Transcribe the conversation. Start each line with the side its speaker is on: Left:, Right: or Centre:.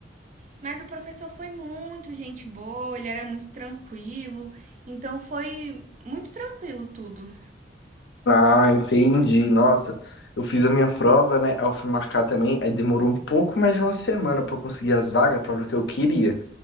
Right: Mas o professor foi muito gente boa, ele era muito tranquilo, então foi muito tranquilo tudo.
Left: Ah, entendi. Nossa, eu fiz a minha prova, né? Aí Eu fui marcar também. Aí demorou um pouco mais de uma semana pra eu conseguir as vagas para o que eu queria.